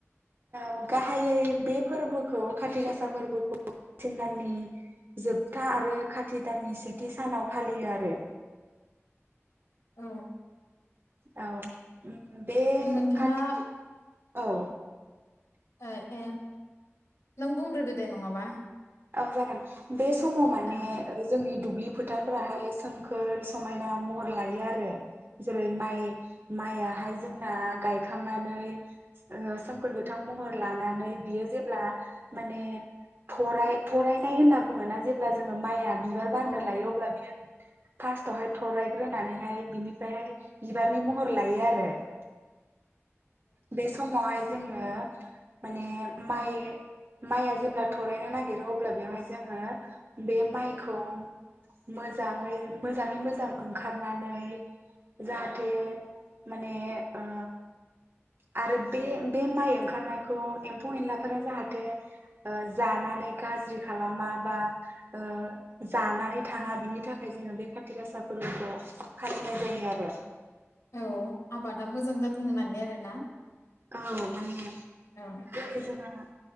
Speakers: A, on the right (about 45°); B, on the left (about 80°).
A: औ गाहायै बे फोरबोखौ खाथि गासा फोरबोखौ <unintelligible> सिन दाननि जोबथा आरो खाथि दाननि सेथि सानाव फालियो आरो।
B: औ
A: औ बे
B: नोंथाङा
A: खाथि औ
B: ऐ ए नों बुंग्रोदो दे नङाबा।
A: औ जागोन। बे समाव माने
B: औ
A: जोंनि दुब्लि फोथारफोराहाय सो सोमखोर समायना महर लायो आरो जेरै माइ माइआहाय जोंना गायखांनानै सोमखोर गो थां महर लानानै बियो जेब्ला माने थराय थरायनाय होनना बुङोना जेब्ला जोङो माइआ बिबार बारनो
B: औ
A: लायो अब्ला बियो फार्स्टावहाय थरायग्रोनानैहाय बिनिफ्रायहाय बिबारनि महर लायो आरो। बे समाव हाय जोङो माने माइ माइआ जेब्ला थरायनो नागिरो अ अब्ला बेवहाय जोङो बे माइखौ मोजाङै मोजाङै मोजां ओंखारनानै जाहाथे माने ओ आरो बे बे माइ ओंखा बुथारनायखौ एमफौ एनला फोरो जाहाथे ओ जानानै गाज्रि खालामा बा ओ जानानै थाङा बिनि थाखाय जोङो बे खाथि गासा फोरबोखौ फालिनाय जायो आरो।
B: औ आबादा मोजां जाथों होननानै आरोना।
A: औ माने
B: औ
A: जोंनि